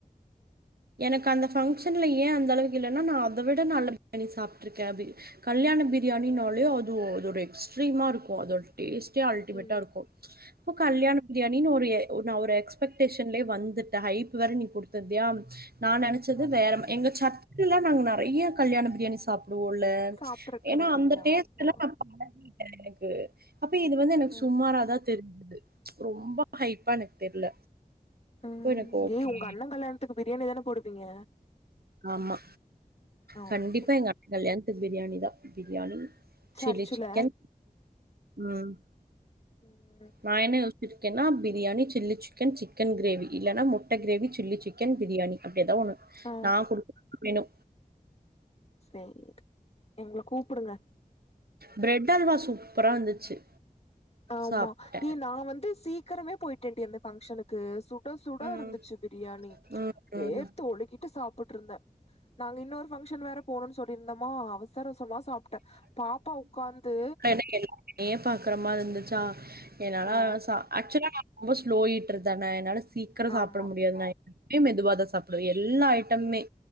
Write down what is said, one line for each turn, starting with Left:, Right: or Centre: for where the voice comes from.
Right: எனக்கு அந்த ஃபங்க்ஷன்ல ஏன் அந்த அளவுக்கு இல்லன்னா நா அத விட நல்ல பிரியாணி சாப்ட்ருக்கே அபி கல்யாண பிரியாணின்னாலே அது அ ஒரு எக்ஸ்ட்ரீமா இருக்கு அதோட டேஸ்ட்டே அல்டிமேட்டா
Left: ம்
Right: இருக்கு இப்போ கல்யாண பிரியாணின்னு ஒரு நா ஒரு எக்ஸ்பெக்டேஷன்லே வந்துட்டே ஹைப் வேற நீ குடுத்திருதியா நா நனச்சது
Left: ஆமா
Right: வேற எங்க சர்க்குல்ல நாங்க நறைய கல்யாண பிரியாணி சாப் ஒல
Left: சாப்ட்ருக்கற
Right: ஏன்னா
Left: நீ
Right: அந்த டேஸ்ட்
Left: ஆமா
Right: எல்லா நான் பழகிட்ட எனக்கு அப்ப இது வந்து எனக்கு
Left: ம்
Right: சுமாராதா தெரிஞ்சுது ரொம்ப ஹைப்பா எனக் தெர்ல
Left: ம்
Right: அப்போ எனக்கு ஓகே
Left: ஏய் உங்க அண்ண கல்யாணத்துக்கு பிரியாணி தானே போடுவீங்க
Right: ஆமா
Left: ஓகே
Right: கண்டிப்பா எங்க அண்ண கல்யாணத்துக்கு பிரியாணி தா பிரியாணி
Left: சர்ச்சுல
Right: சில்லி சிக்கன் ம்
Left: ம்
Right: நா என்ன யோச்சிருக்கேன்னா biryani chilli chicken chicken gravy இல்லனா முட்ட கிரேவி சில்லி சிக்கன் பிரியாணி அப்டி எதா ஒண்ணு
Left: ஆ
Right: நா குடுத்த மெணு
Left: சேரி எங்ள கூப்புடுங்க
Right: பிரெட் அல்வா சூப்பரா இருந்துச்சு
Left: ஆமா
Right: சாப்ட்டேன்.
Left: ஏய் நா வந்து சீக்கிரமே போயிட்டே டி அந்த ஃபங்க்ஷனுக் கு சுட சுட
Right: ம்.
Left: இருந்துச்சு பிரியாணி
Right: ம்.
Left: வேர்த்து
Right: ம்.
Left: ஒழுகிட்டு சாப்புட்ருந்தே நாங்க இன்னொரு ஃபங்க்ஷன் வேற போணுன் சொல்லியிருந்தமா அவசர அவுசரமா சாப்ட்ட பாப்பா உட்காந்து
Right: என்ன எல்லாருமே பாக்குற மாரி இருந்துச்சா என்னால
Left: ஆ
Right: சாப் ஆக்சுவலா நா ரொம்போ ஸ்லோ ஈட்டர் தான என்னால சீக்கிர சாப்பட
Left: ஆமா
Right: முடியாது நா எப்பியு மெதுவாதா சாப்டுவே எல்லா ஐட் டமே
Left: ம்